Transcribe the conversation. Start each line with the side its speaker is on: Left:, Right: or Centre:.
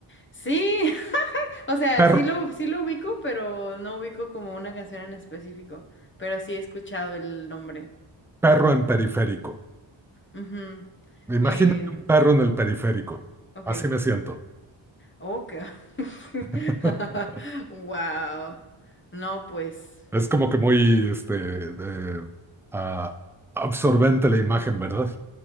Left: Sí, <laughs> O sea,
Centre: Perro,
Left: sí lo, sí lo ubico, pero no ubico como una canción en específico. Pero sí he escuchado el nombre.
Centre: perro en periférico.
Left: Ujú.
Centre: Imagínate
Left: Eh,
Centre: un perro en el periférico.
Left: ok.
Centre: Así me siento.
Left: Ok. <laughs>
Centre: <laughs>
Left: Wow. No, pues.
Centre: Es como que muy este, de- ah, absorbente la imagen, ¿verdad?